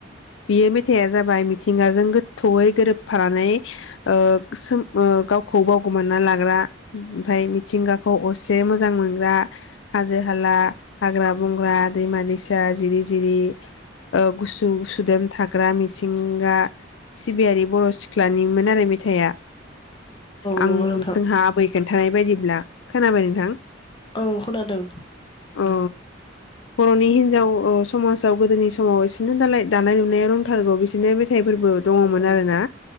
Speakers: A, on the left; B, on the left.
A: बेयो मेथाइआ जाबाय मि थिंगाजों गोथौयै गोरोबफानानै ओ सोमो ओ गाव खौ बावगोमना लाग्रा ओमफाय मिथिंगाखौ असि बे मोजां मोनग्रा हाजो हाला हाग्रा बंग्रा दैमा दैसा जिरि जिरि ओ गुसु-गुसु सुदेम थाग ग्रा मिथिंगा सिबियारि बर' सिख्लानिमोन आरो मि थाइया आं
B: नंगौ नोंथां
A: जोंहा आबै खोन्थानाय बायदिब्ला खोनाबाय नोंथां?
B: औ खोनादों
A: औ बर'नि हिन्जाव ओ समाजाव गोदोनि समाव एसेनो दालाय दानाय लुनाया रंथारगौ बिसिनो थाइफोरबो दंङमोन
B: औ औ
A: आरोना